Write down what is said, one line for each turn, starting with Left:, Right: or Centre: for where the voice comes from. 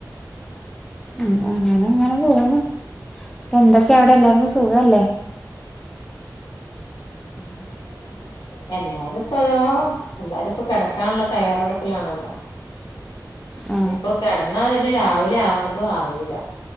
Centre: ഉം അങ്ങനെ ഇങ്ങനെ പോണ് ഇപ്പ എന്തൊക്കെയ അവിടെ എല്ലാർക്കും സുഖല്ലേ
Left: ആഹ് <unintelligible> എല്ലാരും ഇപ്പ അതാ എല്ലാരും ഇപ്പോ കിടക്കാനുള്ള തയ്യാറെടുപ്പിലാണല്ലോ
Centre: ആ
Left: ഇയിപ്പോ കിടന്നാ പിന്നെ രാവിലെ ആവണത് അറിയില്ല